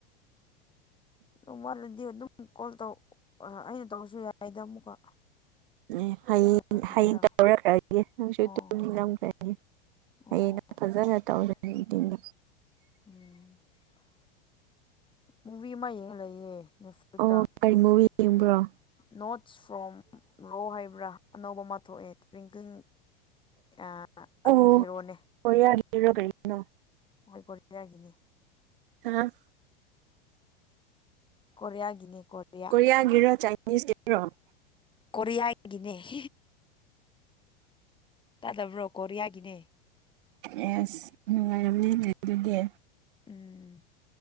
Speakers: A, on the left (about 15°); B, on the right (about 60°).
A: ꯑꯗꯨ ꯋꯥꯠꯂꯗꯤ ꯑꯗꯨꯝ ꯀꯣꯜ ꯇꯧ ꯑꯩꯅ ꯇꯧꯔꯁꯨ ꯌꯥꯏꯗ ꯑꯃꯨꯛꯀ
B: ꯅꯦ ꯍꯌꯦꯡ
A: ꯌꯥꯈꯤꯒꯦꯔꯥ
B: ꯍꯌꯦꯡ ꯇꯧꯔꯈ꯭ꯔꯒꯦ ꯅꯪꯁꯨ
A: ꯑꯣ
B: ꯇꯨꯝꯅꯤꯡꯈ꯭ꯔꯅꯤ
A: ꯑꯣ
B: ꯍꯌꯦꯡ
A: ꯑꯣ
B: ꯐꯖꯅ ꯇꯧꯔꯅꯤ
A: ꯇꯧꯗꯣꯏꯅꯤ
B: ꯗꯤꯟꯗ
A: <inaudible> ꯃꯨꯚꯤ ꯑꯃ ꯌꯦꯡ ꯂꯩꯌꯦ ꯅꯦꯠꯐ꯭ꯂꯤꯛꯁꯇ
B: ꯑꯣ ꯀꯔꯤ ꯃꯨꯚꯤ ꯌꯦꯡꯕ꯭ꯔꯣ
A: ꯅꯣꯠꯁ ꯐ꯭ꯔꯣꯝ ꯔꯣ ꯍꯥꯏꯕ꯭ꯔ ꯑꯅꯧꯕ ꯑꯃ ꯊꯣꯛꯑꯦ ꯇ꯭ꯋꯤꯡꯀ꯭ꯂꯤꯡ ꯑ
B: ꯑꯣ
A: ꯑꯗꯨꯒꯤ ꯍꯦꯔꯣꯅꯦ
B: ꯀꯣꯔꯤꯌꯥꯒꯤꯔꯣ ꯀꯔꯤꯅꯣ
A: ꯍꯣꯢ ꯀꯣꯔꯤꯌꯥꯒꯤꯅꯦ
B: ꯑ
A: ꯀꯣꯔꯤꯌꯥꯒꯤꯅꯦ ꯀꯣꯔꯤꯌꯥ
B: ꯀꯣꯔꯤꯌꯥꯒꯤꯔꯣ ꯆꯥꯏꯅꯤꯁꯀꯤꯔꯣ
A: ꯀꯣꯔꯤꯌꯥꯒꯤꯅꯦ <inaudible> ꯇꯥꯗꯕ꯭ꯔꯣ ꯀꯣꯔꯤꯌꯥꯒꯤꯅꯦ
B: ꯑꯦꯁ ꯅꯨꯡꯉꯥꯏꯔꯝꯅꯤꯅꯦ ꯑꯗꯨꯗꯤ
A: ꯎꯝ